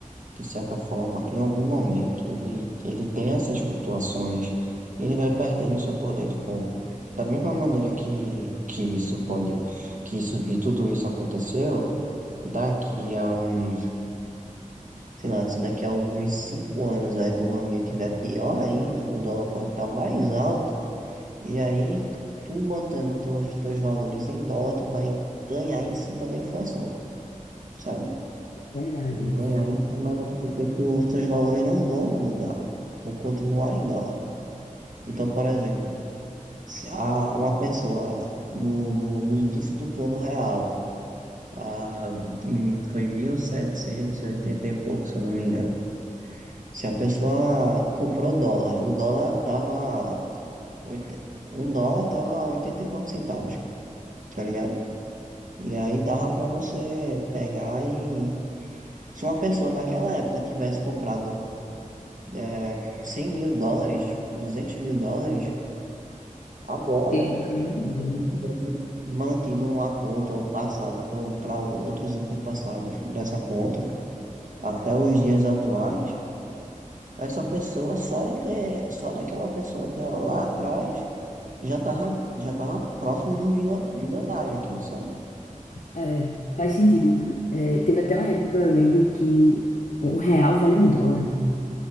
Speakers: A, on the right (about 70°); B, on the left (about 70°).
A: de certa forma, em algum momento, ele, ele tem essas flutuações, ele vai perdendo seu poder de compra. Da mesma maneira que, que isso pode, que isso, de tudo isso aconteceu, daqui a um Sei lá, se daqui a alguns cinco anos a economia tiver pior ainda, o dólar pode estar mais alto, e aí tu mantendo teus, teus valores em dólar, tu vai ganhar em cima da inflação, sabe?
B: verdade
A: Tu Vai
B: isso.
A: ganhar em cima da... Porque os teus valores não vão mudar, vão continuar em dólar. Então, por exemplo, se a, uma pessoa no, no, no início do plano real, a, em, foi 1780 e oitenta e pouco, se eu não me engano, Se a pessoa comprou dólar, o dólar tava. oit- Um dólar tava 84 centavos, tá ligado? E aí dava pra você pegar e. Se uma pessoa naquela época tivesse comprado é, 100 mil dólares, 200 mil dólares, agora,
B: Teria, teria mudado,
A: e
B: né?
A: tivesse mantido numa conta ou passado para outros antepassados dessa conta, até os dias atuais, essa pessoa só de ter, só daquela pessoa ter lá atrás. já tava, já tava próximo de um milio- milionário aqui, sabe?
B: É, faz sentido. É, teve até uma época, eu lembro que um real vale um dólar, né?